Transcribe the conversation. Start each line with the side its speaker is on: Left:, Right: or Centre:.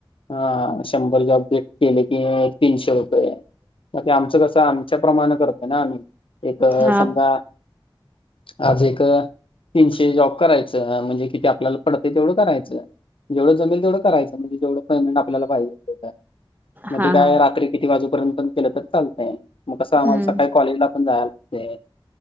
Left: <inaudible> हा शंभर जॉब गट केले की तीनशे रुपये. मग ते आमचं कसं तेच्या प्रमाणं करतोय ना आम्ही एक
Right: हा
Left: समजा आज एक तीनशे जॉब करायचं म्हणजे किती आ आपल्याला पडतयं तेवढं करायचं, जेवढं जमेल तेवढं करायचं, म्हणजे जेवढं पेमेंट आपल्याला पाहिजे. मग
Right: हा
Left: ते काय
Right: हा
Left: रात्री किती वाजूपर्यंत पण केलं तर चालतंय. मग कसं आम्हाला
Right: हम्म
Left: सकाळी कॉलेजला पण जायाला लागतंय.